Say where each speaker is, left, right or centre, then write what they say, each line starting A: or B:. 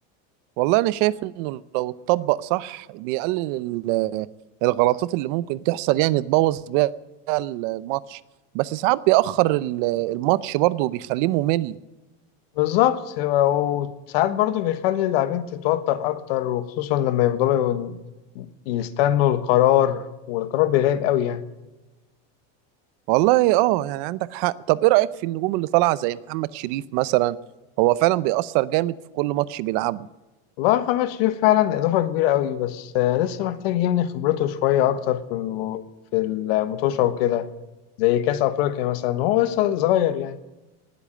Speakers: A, on the right; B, on the left.
A: والله انا شايف انه لو اتطبق صح بيقلل ال- الغلطات اللي ممكن تحصل يعني تبوظ بيها الماتش بس ساعات بيأخر ال- الماتش برضه وبيخليه ممل
B: بالظبط وساعات برضو بيخلي اللاعبين تتوتر أكتر وخصوصا لما يفضلوا يستنوا القرار والقرار بيغيب قوي يعني
A: والله اه يعني عندك حق طب ايه رأيك في النجوم اللي طالعة زي محمد شريف مثلا هو فعلا بيأثر جامد في كل ماتش بيلعبه
B: والله محمد شريف فعلا إضافة كبيرة قوي بس آه، لسه محتاج يبني خبرته شوية أكتر في الم- في المطوشة وكده زي كأس أفريقيا مثلا هو لسه صغير يعني